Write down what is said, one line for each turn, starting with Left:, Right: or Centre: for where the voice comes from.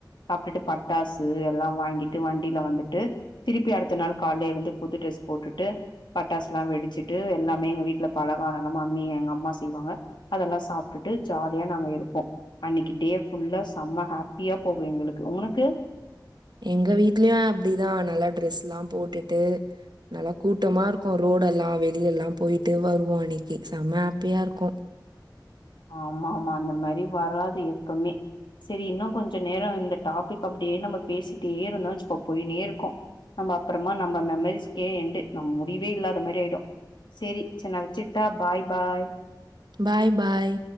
Left: சாப்ட்டுட்டு பட்டாசு எல்லா வாங்கிட்டு வண்டில வந்துட்டு திருப்பி அடுத்த நாள் கால்ல எழுந்து புது ட்ரெஸ் போட்டுட்டு பட்டாஸ்லா வெடிச்சி ட்டு எல்லாமே எங்க வீட்ல பலகாரல்லமா அம்மியே எங்க அம்மா செய்வாங்க அதெல்லா சாப்ட்டுட்டு ஜாலியா நாங்க இருப்போ அன்னைக்கு டே ஃபுல்லா செம்ம ஹாப்பியா போகு எங்களுக்கு உனக்கு
Right: எங்க வீட்லயு அப்டிதா நல்லா ட்ரெஸ்லா போட்டுட்டு நல்லா கூட்டமா இருக்கு ரோடெல்லா வெளியெல்லா போய்ட்டு வருவோ அன்னைக்கு செம்ம ஹப்பியா இருக்கு
Left: ஆமா ஆமா அந்த மாரி வராது எப்பமே செரி இன்னு கொஞ்ச நேரோ இந்த டாபிக் அப்டியே நம்ம பேசிட்டே இருந்தா வச்சுக்கோ போய்ன்னே இருக்கு நம்ம அப்றமா நம்ம மெமரிஸ்கே எண்டு நம் முடிவே இல்லாத மாரி ஆய்டு செரி சென்னா வெச்சிட்டா பாய் பாய்
Right: பாய் பாய்